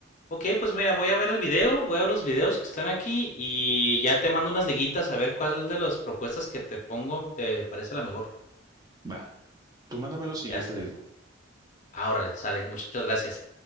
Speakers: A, on the left; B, on the right.
A: Ok, pues mira, voy a ver el video, voy a ver los videos que están aquí y ya te mando unas liguitas a ver cuál de las propuestas que te pongo te parece la mejor.
B: Va. Tú mándamelo
A: Ya
B: y yo
A: está.
B: te digo.
A: Ah, órale, sale. Muchas gracias.